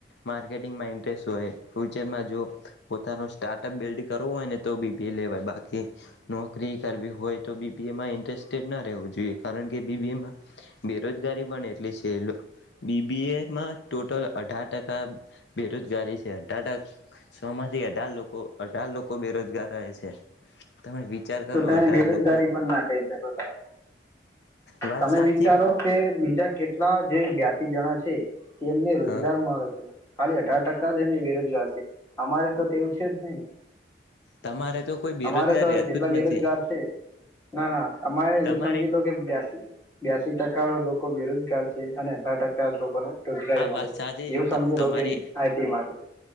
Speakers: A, on the left; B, on the left.
A: માકેટિગમાં ઇન્ટરેસ્ટ હોય ફ્યુચરમાં જો પોતાનું સ્ટાર્ટઅપ બિલ્ડ કરવુ હોય ને તો બીપીએ લેવાય બાકી બાકી નોકરી કરવી હોય તો બીપીએમાં ઇન્ટરેસ્ટેડ ના રહેવું જોઈએ જોઈએ કારણ કે બીબીએમાં બેરોજગારી પણ એટલી છે બીબી એમાં ટોટલ અઢાર ટકા બેરોજગારી છે અઢાર ટકા સોમાંથી અઢાર લોકો અઢાર લોકો બેરોજગાર છે, તમે વિચાર કરો
B: તો તમે
A: અઢાર
B: બેરોજગારી
A: લોકો
B: પણ ના કહી શકો તમે
A: બત
B: તમે
A: સાત
B: વિચારો છે, બીજા કેટલા જે જે બ્યાતિ જણા છે, કે એમને રોજગાર
A: હા
B: મળે છે, ખાલી અઢાર ટકા જ નને બેરોજગાર છે, અમારે તો તે એવું છે, જ નહી
A: તમારે તો કોઈ બેરોજગાર
B: અમારે તો
A: રહેતું
B: જેટલા
A: જ
B: બેરોજગાર
A: નથી
B: છે, ના ના તમારે
A: તમારી
B: એવું સમજી લો કે બે્યાસી બ્યાસી ટકા લોકો બેરોજગાર છે, અને અઢાર ટકા લોકોને રોજગારી
A: હા,
B: મળે
A: વાત
B: છે
A: સાચ
B: એવું સમજી
A: તમારી
B: લો કે આઈટી માટે